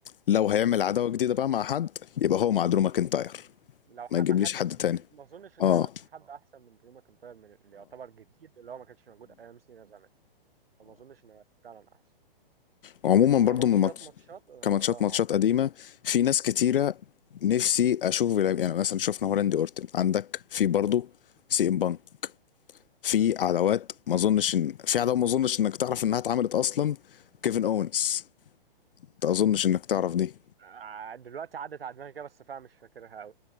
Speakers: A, on the left; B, on the right.
A: لو هيعمل
B: مم.
A: عداوة جديدة بقى مع حد يبقى هو مع درو ماكنتاير
B: لو ح-
A: ما
B: مع
A: يجيبليش
B: حد
A: حد
B: جديد
A: تاني
B: ما اظنش ان
A: اه
B: هيبقى في حد احسن من درو ماكنتاير من اللي يعتبر جديد اللي هو ما كانش موجود ايام سينا زمان فما اظنش ان هيبقى فعلا احسن
A: عموما
B: لكن كماتشات
A: برضو من الماتش
B: ماتشات اه,
A: كماتشات
B: آه مع
A: ماتشات
B: الباقي
A: قديمة في ناس كتيرة نفسي أشوف بيلعب يعني مثلا شفنا هولندي أورتن عندك في برضو سي إم بان في
B: مم.
A: عداوات ما أظنش إن في عداوة ما أظنش إنك تعرف إنها اتعملت أصلا كيفن أوينز ما أظنش إنك تعرف دي
B: آه دلوقتي عدت على دماغي كده بس فعلا مش فاكرها قوي